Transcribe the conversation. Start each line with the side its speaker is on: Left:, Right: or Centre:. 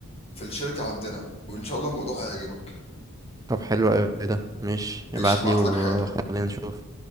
Left: في الشركه عندنا وان شاء الله الموضوع هيعجبك
Right: طب حلو قوي ده مش
Left: ماشي
Right: ابعت
Left: هبعت
Right: لي وخلينا
Left: لك حالا
Right: نشوف